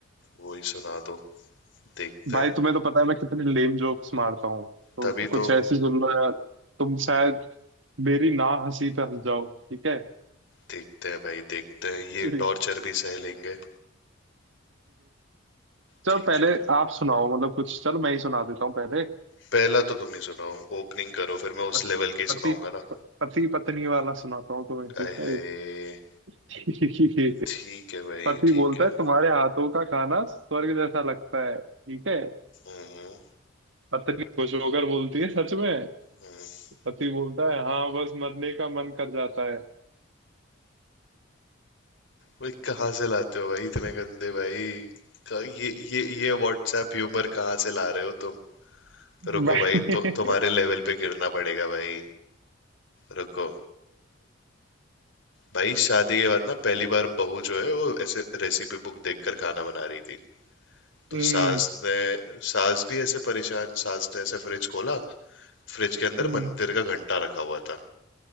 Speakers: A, on the left; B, on the right.
A: वही सुना दो देखते
B: भाई
A: हैं
B: तुम्हें तो पता है मैं कितने लेम जोक्स मारता हूँ तो
A: तभी
B: कुछ
A: तो
B: ऐसी सुन लो यार तुम शायद मेरी ना हंसी पे हंस जाओ ठीक है
A: देखते हैं भाई देखते हैं ये
B: <laughs>
A: टॉर्चर भी सह लेंगे
B: चलो
A: ठीक
B: पहले
A: है
B: आप सुनाओ मतलब कुछ चलो मैं ही सुना देता हूँ पहले
A: पहला तो तुम ही सुनाओ ओपनिंग करो फिर मैं उस
B: प-
A: लेवल के ही
B: पति
A: सुनाऊंगा ना
B: पति पत्नी वाला सुनाता हूँ तुम्हें ठीक
A: आय
B: है
A: हाय
B: <laughs>
A: ठीक है भाई
B: पति
A: ठीक
B: बोलता
A: है
B: है तुम्हारे हाथों का खाना स्वर्ग जैसा लगता है ठीक है
A: हम्म हम्म
B: पत्नी खुश होकर बोलती है सच में
A: हम्म।
B: पति बोलता है हाँ बस मरने का मन कर जाता है
A: भाई कहाँ से लाते हो भाई इतने गंदे भाई क- ये ये ये व्हाट्सएप ह्यूमर कहाँ से ला रहे हो तुम
B: <laughs>
A: रुको भाई तो तुम्हारे लेवल पे गिरना पड़ेगा भाई रुको भाई शादी के बाद ना पहली बार बहू जो है वो ऐसे रेसिपी बुक देखकर खाना बना रही थी तो
B: हम्म
A: सास ने सास भी ऐसे परेशान सास ने ऐसे फ्रिज खोला फ्रिज के अंदर
B: हम्म,
A: मंदिर का घंटा रखा हुआ था